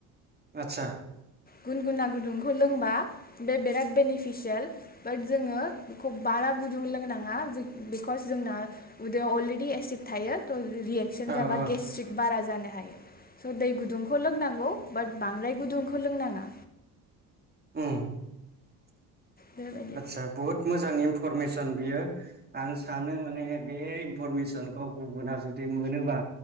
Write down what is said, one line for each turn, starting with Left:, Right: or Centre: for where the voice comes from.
Right: आतसा
Left: गुनगुना गुदुंखौ लोंबा बे बिराद बेनिफिसियेल बाट जोङो बेखौ बारा गुदुं लोंनाङा बिकस जोंना उदै अलरेडि एसिड थायो थ' रियेकसन
Right: औ
Left: जाबा
Right: औ
Left: गेसट्रिक बारा जान हायो। स' दै गुदुंखौ लोंनांगौ बात बांद्राय गुदुंखौ लोंनाङा
Right: उम
Left: बेबायदि
Right: आतसा बहुत मोजां इनफरमेसन बियो आं सानो माने बे इनफरमेसनखौ गुबुना जुदि मोनोबा